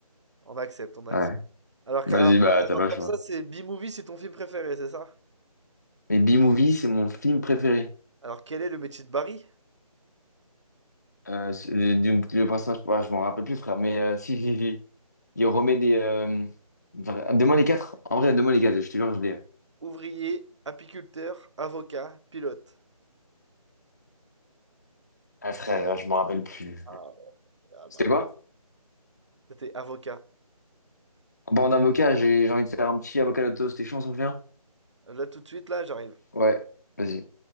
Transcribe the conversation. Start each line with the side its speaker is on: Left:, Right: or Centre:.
Right: On accepte, on accepte.
Left: Ouais.
Right: Alors,
Left: Vas-y,
Right: que- alors,
Left: bah,
Right: que- alors
Left: t'as pas le
Right: comme
Left: choix.
Right: ça, c'est B-Movie, c'est ton film préféré, c'est ça?
Left: Mais B-Movie, c'est mon film préféré.
Right: Alors, quel est le métier de Barry?
Left: Euh, c'est- du, le personnage, ah, je m'en rappelle plus, frère, mais euh, si, si, si. Il remet des. euh, enfin, Donne-moi les quatre. En vrai, donne-moi les quatre, je te jure, je l'ai.
Right: Ouvrier, apiculteur, avocat, pilote.
Left: Ah, frère, je m'en rappelle plus.
Right: Ah ouais, ah bah
Left: C'était
Right: ouais.
Left: quoi?
Right: C'était avocat.
Left: Bah, en avocat, j'ai j'ai envie de faire un petit avocat de toast, t'es chaud, on s'en fait un?
Right: Là, tout de suite, là, j'arrive.
Left: Ouais, vas-y.